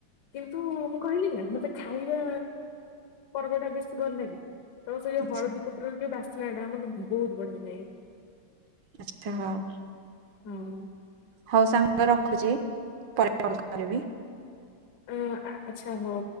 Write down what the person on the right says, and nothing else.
ଆଛା
ଆଛା ହଉ
ହୋଉ ସାଙ୍ଗ ରଖୁଚି ପରେ କଲ୍ କରିବି।